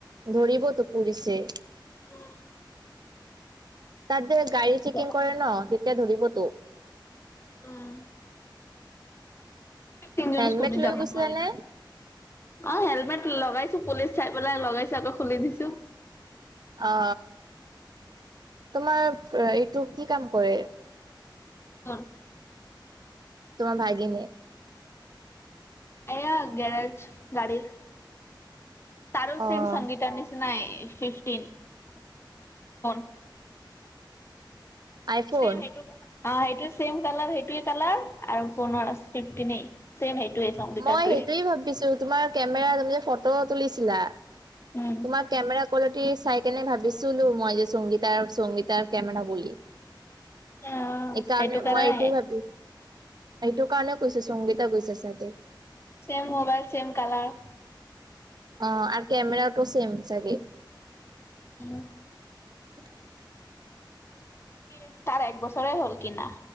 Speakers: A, on the right; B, on the left.
A: ধৰিবতো পুলিচে।
B: উম।
A: তাত যে গাড়ী
B: যাব
A: চেকিং কৰে ন তেতিয়া ধৰিবতো।
B: উম এ তিনিজন
A: হেলমেট
B: স্কুটি
A: লৈ
B: যাবা
A: গৈছিলা
B: নোৱাৰি
A: নে
B: না? অঁ হেলমেট লগাইছো, পুলিচ চাই পেলাই লগাইছো আকৌ খুলি দিছো।
A: আ তোমাৰ এইটো কি কাম কৰে?
B: কোন?
A: তোমাৰ ভাগিনে?
B: এয়া গেৰেজ গাড়ীত। তাৰো
A: অ',
B: চেম সংগীতা নিচি নাই ফিফটিন ফণ।
A: আইফোন
B: চেম সেইটো অ সেইটোৱে চেম কালাৰ সেইটোৱে কালাৰ আৰু ফোনৰ ফিফটিনে চেম সেইটোৱে। সংগীতাৰটোৱে
A: মই সেইটোয়ে ভাবিছো, তোমাৰ কেমেৰা তুমি যে ফটো তুলিছিলা।
B: উম,
A: তোমাৰ কেমেৰা কোৱালিটি চাই কেনে ভাবিছিলো মই যে সংগীতাৰ সংগীতাৰ কেমেৰা বুলি।
B: অ,
A: এইকাৰণে
B: সেইটো কাৰণে
A: মই এইটো ভাবি এইটো কাৰণেও কৈছে সংগীতা গৈছে চাগে।
B: Same mobile same colour.
A: অঁ আৰু কামেৰাতো চেম চাগে?
B: উম।
A: <unintelligible>
B: কি তাৰ এক বছৰে হ'ল কিনা।